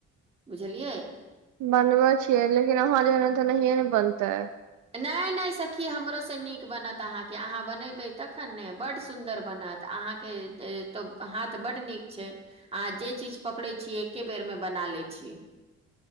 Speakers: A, on the right; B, on the right.
A: बुझलियै।
B: बनबे छियै लेकिन अहाँ जेहेन तऽ नहिए ने बनते
A: नहि नहि सखी हमरोसँ नीक बनत अहाँके अहाँ बनेबै तऽ तखन ने बड सुन्दर बनत अहाँके तो हाथ बड नीक छै अहाँ जे चीज पकड़ै छीयै एके बेरमे बना लै छीयै